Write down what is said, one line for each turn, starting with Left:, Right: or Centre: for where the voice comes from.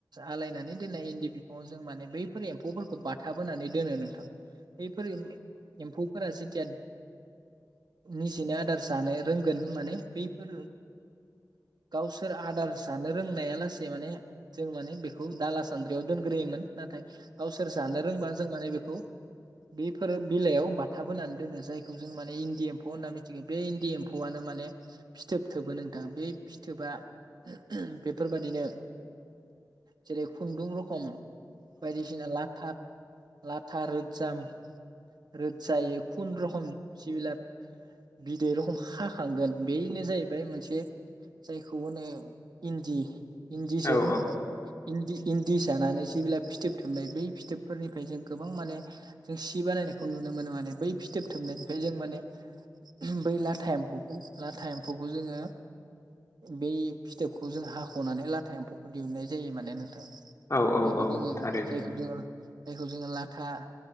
Right: आलायनानै दोननाय इन्दि बिफाङाव जों माने बैफोर एम्फौफोरखौ बाथाबहोनानै दोनो नोंथां। बैफोर एम्फौफोरा जेथिया निजिनि आदार जानो रोंगोन माने बैफोर गावसोर आदार जानो रोंनाया लासे माने जों माने बेखौ दाला सान्द्रियाव दोनग्रोयोमोन नाथाय गावसोर जानो रोंबा जों माने बेखौ
Left: <inaudible>
Right: बेफोर बिलायाव बाथाब बोनानै दोनो जायखौ जों माने इन्दि एम्फौ होनना मिथिगौ बे इन्दि एम्फौआनो माने फिथोब थोबो नोंथां बे फिथोबा
Left: <inaudible>
Right: बेफोरबादिनो जेरै खुन्दुं रखम बायदिसिना लाथा लाथा रोजाम रोजायै खुन रखम जिबिला बिदै रखम हाखांगोन बेनो जाहैबाय मोनसे जायखौ होनो इन्दि इन्दिजों
Left: औ
Right: इन्दि इन्दि जानानै जेबोला फिथोब थोबनाय बै फिथोबफोरनिफ्राय जों गोबां माने जों सि बानायनायखौ नुनो नुनो मोनो माने बै फिथोब थोबनायनिफ्राय जों माने बै लाथा एम्फौखौ लाथा एम्फौखौ जोङो बै फिथोब खौ जों हाख'नानै लाथा एम्फौखौ दिहुननाय जायो माने नोंथां।
Left: औ
Right: जायखौ
Left: औ
Right: जोङो
Left: थारैनो
Right: जायखौ जोङो जायखौ जोङो लाथा